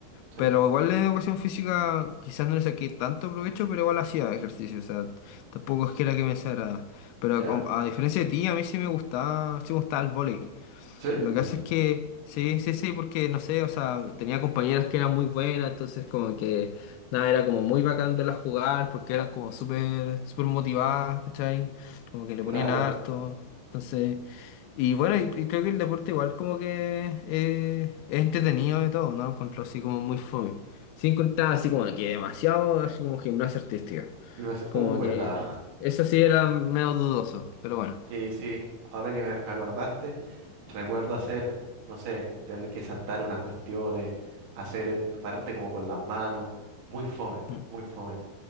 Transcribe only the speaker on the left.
Pero igual en educación física quizás no le saqué tanto provecho, pero igual hacía ejercicio, o sea, tampoco es que era que me desagrada. Pero
a, com- a diferencia de ti, a mí sí me gustaba, sí me gustaba el vóley.
Lo
que hace es que, sí, sí, sí, porque no sé, o sea, tenía compañeras que eran muy buenas, entonces como que, nada, era como muy bacán verlas jugar, porque eran como súper, súper motivadas, ¿cachai? Como que le
ponían harto, entonces, y bueno, y, y creo que el deporte igual como que eh, es entretenido de todo, ¿no? Lo Encuentro así como muy fome. Sin contar así como que demasiado, así como gimnasia artística,
como
que eso sí era medio dudoso, pero bueno,
Mm.